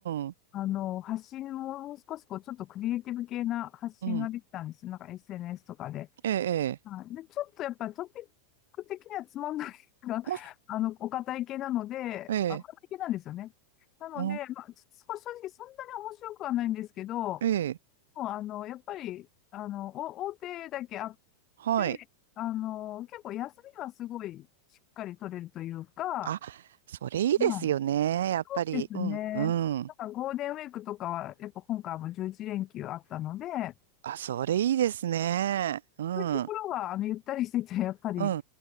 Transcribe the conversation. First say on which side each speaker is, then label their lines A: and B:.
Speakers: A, on the right; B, on the left.
A: うん。
B: あの、発信も少しこう、ちょっとクリエイティブ系な発信ができたんですよ。
A: うん。
B: なんか SNS とかで。
A: ええ、ええ。
B: はい。で、ちょっとやっぱりトピック的にはつまんないが、<laughs>
A: あ
B: あの、お堅い系なので、
A: ええ、
B: あ、お堅い系なんですよね。なので、
A: お、
B: まあ、ちょ正直そんなに面白くはないんですけど、も
A: ええ、
B: うあの、やっぱり、あの、お大手だけあっ
A: はい。
B: て、あの、結構休みはすごいしっかり取れるというか、は
A: あ、それいいですよね。
B: い
A: やっぱり。
B: ですね。
A: うん、うん。
B: なんかゴールデンウィークとかは、やっぱ今回も11連休あったので、はい。
A: あ、それいいですね。うん、
B: そういうところは、
A: う
B: あの、ゆったりしてて、やっぱり、
A: ん、